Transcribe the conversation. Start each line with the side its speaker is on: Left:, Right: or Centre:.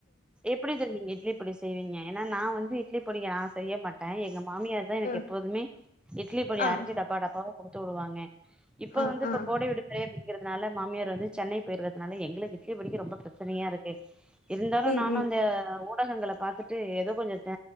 Centre: எப்புடி தோழி நீங்க இட்லி பொடி செய்வீங்க ஏன்னா நா வந்து இட்லி பொடிய நா செய்ய மாட்டே எங்க ம் மாமியார் தா எனக்கு
Left: ம்
Centre: எப்போதுமே இட்லி பொடி
Left: ஆ
Centre: அரைச்சு டப்பா டப்பாவா குடுத்து விடுவாங்க இப்ப
Left: ஆ
Centre: வந்து இப்ப
Left: ஆ
Centre: கோடை விடுமுறை அப்புடிங்கிற னால மாமியார் வந்து சென்னை போயிட்றதுனால எங்களுக்கு இட்லி பொடிக்கி ரொம்ப பிரச்சனையா இருக்கு இ அ
Left: ம்
Centre: நானும்
Left: ம்
Centre: அந்த ஓட் ஊடகங்கள பாத்துட்டு ஏதோ கொஞ்சம் தே